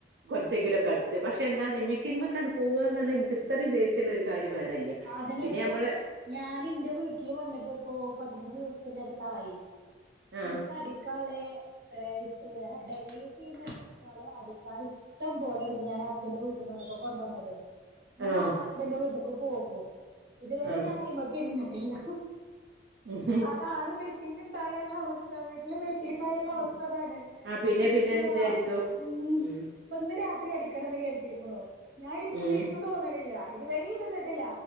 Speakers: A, on the right; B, on the right.
A: കുറച്ചെങ്കിലും ഒക്കെ അടിച്ച് പക്ഷെ എന്താണ് മിഷീൻ മെക്കണ് പോകന്ന് പറഞ്ഞാൽ എനിക്ക് ഇത്രയും ദേഷ്യള്ള ഒരു കാര്യം വേറെല്ല
B: അതന്നെ
A: പിന്നെ
B: ഇപ്പൊ
A: നമ്മള്
B: ഞാൻ എന്റെ വീട്ടില് വന്നിട്ടിപ്പോ പതിനഞ്ചു ദിവസത്തിന്റെ അടുത്തായി
A: ആഹ്
B: എനിക്ക് അടിക്കാലേ ഡെ അ ഡെയിലി യൂസ് ചെയ്യുന്ന ഡ്രസുകളെ അടിക്കാൻ ഇഷ് ഇഷ്ടം പോലണ്ട് ഞാൻ ഹസ്ബന്റെ വീട്ടിൽന്ന് വന്നപ്പോ കൊണ്ടുവന്നത് ഞാൻ
A: ആഹ്
B: നാളെ ഹസ്ബന്റെ വീട്ടിക്ക് പോകും ഇതുവരെ
A: ആഹ്
B: ഞാൻ ഐമക്ക്‌ ഇരുന്നിട്ടില്ല.
A: ഉം
B: അതാണ് മെഷീൻ ഉണ്ടായള്ള അവസ്ഥ വീട്ടില് മെഷീൻ
A: ഉം.
B: ഉണ്ടായള്ള അവസ്ഥതാണ്.
A: ആ പിന്നെ
B: ഇരിക്കൂലാ
A: പിന്നെന്ന് വിചാരിക്കും.
B: മ്
A: ഉം
B: ഇന്ന് രാത്രി അടിക്കണെന്ന് കരുതിയിരിക്കണു ഞാന് ഇരിക്കുന്നു
A: ഉം
B: ഇനിക്ക് തോന്നണില്ല ഇത് വരേ ഇരുന്നിട്ടില്ല.